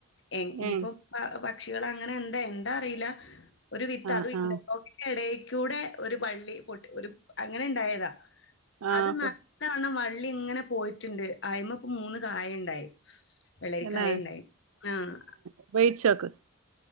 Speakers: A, on the left; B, on the right.
A: എൻ ഇനിപ്പോ
B: ഏഹ്
A: പക്ഷികള് അങ്ങനെ എന്താ എന്താ അറിയില്ല. ഒരു വിത്ത്
B: ആഹ്
A: അത് ഇന്റർലോക്കിന്റെ
B: ആഹ്
A: ഇടേക്കൂടെ ഒരു വള്ളി പൊട്ടി ഒരു അങ്ങനെ ഇണ്ടായതാ.
B: ആഹ്
A: അത്
B: പൊ
A: നല്ലവണ്ണം വള്ളി ങ്ങനെ പോയിറ്റ്ണ്ട്. അയ്മ പ്പ മൂന്ന് കായണ്ടായി. വെള്ളരിക്കായണ്ടായി.
B: തന്നെ
A: ആഹ്
B: ഉപയോഗിച്ചോക്ക്.